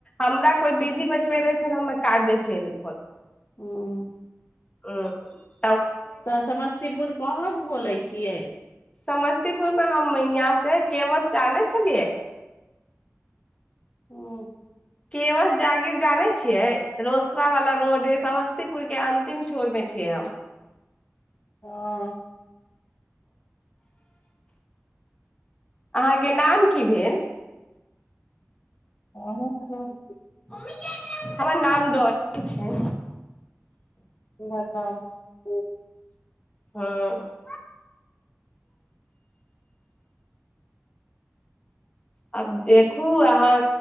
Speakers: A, on the left; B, on the left.
A: हमरा कोइ बिजी बतबै रहै छै तऽ हमे काट दै छियै फोन
B: हूँ
A: हँ
B: तऽ समस्तीपुर कहाँ सँ बोलै छियै
A: समस्तीपुरमे हम यहाँ से केवश जाने छलियै
B: हूँ
A: केवश जागीर जाने छियै रोसड़ा वाला रोड समस्तीपुर के अंतिम छोर मे छियै हम
B: हँ
A: अहाँके नाम की भेल
B: अहाँक नाम
A: मम्मी गे हमर नाम डॉली छै
B: नहि त <inaudible>
A: हँ आब देखू अहाँ